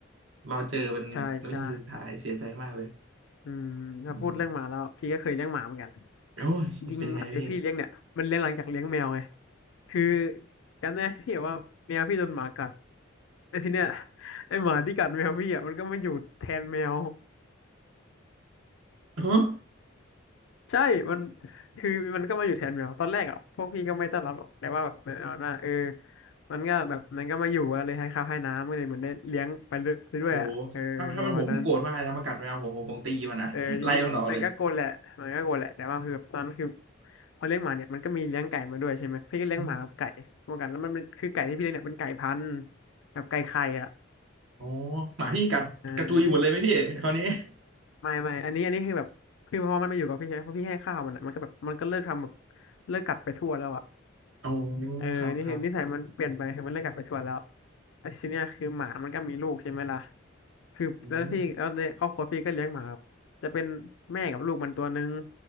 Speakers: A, on the right; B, on the left.
A: รอเจอเป็นวิธีสุดท้ายเสียใจมากเลย
B: ใช่ใช่อืมถ้าพูดเรื่องหมาแล้วพี่ก็เคยเลี้ยงหมาเหมือนกัน
A: อืมโอ้ยเป็นยังไงพี่
B: จริงหมาที่พี่เลี้ยงเนี่ยมันเลี้ยงหลังจากเลี้ยงแมวไงคือจำได้พี่แบบว่าแมวพี่โดนหมากัดแล้วทีเนี้ยไอหมาที่กัดแมวพี่อ่ะมันก็มาอยู่แทนแมว
A: ฮะ
B: ใช่มันคือมันก็มาอยู่แทนแมวตอนแรกอ่ะพวกพี่ก็ไม่ต้อนรับหรอกแต่ว่าแบบประมาณว่าเออมันก็แบบมันก็มาอยู่อะเลยให้ข้าวให้น้ำก็เลยเหมือนได้เลี้ยงไปเรื่อยๆอะเออประมาณนั้น
A: โหถ้าถ้าเป็นผมผมโกรธมากเลยนะมากัดแมวผมผมผมตีมันนะไล่มันออกเลย
B: เออจริงๆมันก็โกนแหละมันก็โกนแหละแต่ว่าคือตอนนั้นคือพอเลี้ยงหมาเนี่ยมันก็มีเลี้ยงไก่มาด้วยใช่ไหมพี่ก็เลี้ยงหมากับไก่เหมอนกันแล้วมันเป็นคือไก่ที่พี่เลี้ยงเนี่ยเป็นไก่พันธุ์
A: อม
B: แบบไก่ไข่อ่ะ
A: อ๋อหมาพี่กัดกระจุยหมดเลยไหมพี่คราวนี้
B: เออไม่ไม่อันนี้อันนี้คือแบบคือพอมันมาอยู่กับพี่ใช่ไหมพอพี่ให้ข้าวมันอ่ะมันก็แบบมันก็เลิกทำแบบเลิกกัดไปทั่วแล้วอ่ะ
A: <laughs> โอ้
B: เออ
A: ครับครับ
B: นี่คือนิสัยมันเปลี่ยนไปคือมันเลิกกลับไปทวนแล้วไอ้ทีเนี้ยคือหมามันก็มีลูกใช่ไหมล่ะคือแล้วพี่แล้วในครอบครัวพี่ก็เลี้ยงหมาครับจะเป็นแม่กับลูกมันตัวนึง
A: อืม